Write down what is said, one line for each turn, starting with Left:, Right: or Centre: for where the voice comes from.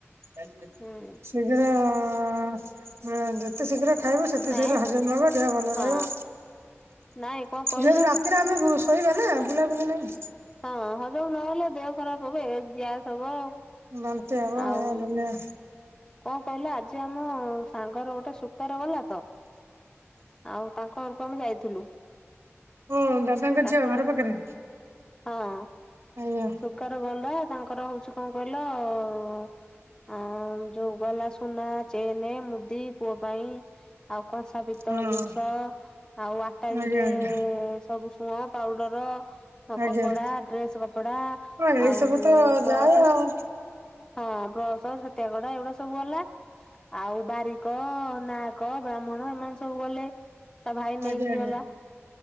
Right: ଆଜ୍ଞା
Left: ହୁଁ
Right: ଶୀଘ୍ର <unintelligible> ଯେତେ ଶୀଘ୍ର ଖାଇବ ସେତେ
Left: ନାଇଁ
Right: ଶୀଘ୍ର ହଜମ ବି ହବ ଦେହ ଭଲ ରହିବ।
Left: ହଁ ନାଇଁ କଣ କହିଲ
Right: ଯେହେତୁ ରାତିରେ ଆମେ ଶୋଇବା ନା ବୁଲାବୁଲି ନାହିଁ।
Left: ହଁ ହଜମ ନହେଲେ ଦେହ ଖରାପ ହବ ଏ ଗ୍ୟାସ ହବ।
Right: ବାନ୍ତି ହବ
Left: ଆଉ
Right: ଏ ଦୁନିଆ
Left: କଣ କହିଲେ ଆଜି ଆମ ସାଙ୍ଗର ଗୋଟେ ସୁୁକାର ଗଲା ତ ଆଉ ତାଙ୍କ ତ ଆମେ ଯାଇଥିଲୁ।
Right: ହଁ ଦାଦାଙ୍କ
Left: ତାଙ୍କର
Right: ଝିଅ ଘର ପାଖରେ।
Left: ହଁ
Right: ଆଜ୍ଞା
Left: ସୁକାର ଗଲା ତାଙ୍କର ହଉଛି କଣ କହିଲ? ହଁ ଆ ହଁ ଯୋଉ ଗଲା ସୁନା ଚେନେ ମୁଦି ପୁଅ ପାଇଁ, ଆଉ କଂସା ପିତ୍ତଳ
Right: ହଁ
Left: ଜିନଷ ଷ ଆଉ ଆଟାଜିରେ
Right: ଆଜ୍ଞା ଆଜ୍ଞା
Left: ସବୁ ‌ସୁଅଁ ପାଉଡର। ଆଉ
Right: ଆଜ୍ଞା।
Left: କପଡା, ଡ୍ରେସ୍ କପଡା,
Right: ହଁ ଏଇ
Left: ଆଉ
Right: ସବୁ ତ
Left: ବ୍ରସ
Right: ଯାଏ
Left: ସ
Right: ଆଉ
Left: ହଁ ବ ବ୍ରସ, ଛତିଆ କଢା ଏଗୁଡା ସବୁ ଗଲା, ଆଉ ବାରିକ ନାହକ ବ୍ରାହ୍ମଣ ଏମାନେ ସ ସବୁ ଗଲେ, ତା ଭାଇ
Right: ଆଜ୍ଞା
Left: ନେଇକି
Right: ଆଜ୍ଞା।
Left: ଗଲା।